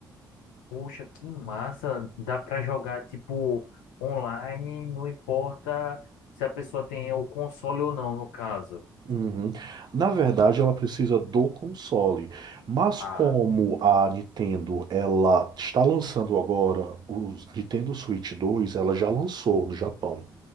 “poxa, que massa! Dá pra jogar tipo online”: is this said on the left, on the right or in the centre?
Left